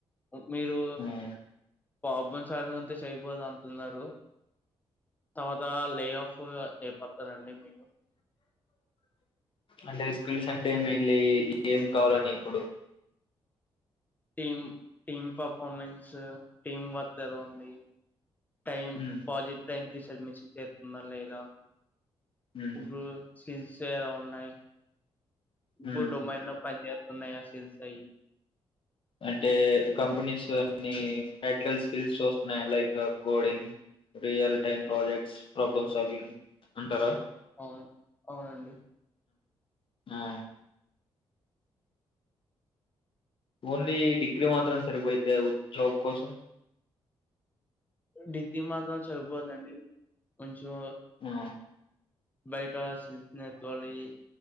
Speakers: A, on the left; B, on the left.
A: మీరు
B: హ్మ్.
A: ప్రాబ్ంస్లులు అంతే చెయపోదు అంటున్నారు తర్వాత లే ఆఫ్ ఏయిపోతందిండి మీరు
B: అంటే స్కిల్స్ అంటే మెయిన్లీ ఏం కావాలని ఇప్పుడు
A: టీమ్ టీమ్ పర్ఫార్మెన్స్ టీమ్ వద్ద ఉంది టైం
B: హ్మ్.
A: పాజిట్ టైం తీసి అడ్మిషన్ చేస్తున్నారు లేదా
B: హ్మ్.
A: ఇప్పుడు కిల్స్ ఎలా ఉన్నాయి
B: హ్మ్.
A: వుడోమైంలో పనిచేస్తున్నాయా హిల్స్ అయ్యి
B: అంటే కంపెనీస్ అన్ని ప్రాక్టికల్ స్కిల్స్ చూస్తున్నాయి like coding real time projects ప్రో ఇంకొకసారి అంటారా
A: అవును అవునండి
B: ఆ ఓన్లీ డిగ్రీ మాత్రం సరిపోయితే జాబ్ కోసం
A: ఓన్లీ మాత్రం సరీపోదండి కొంచెం
B: ఆ
A: బయట స్కిల్స్ నేర్చుకోవాలి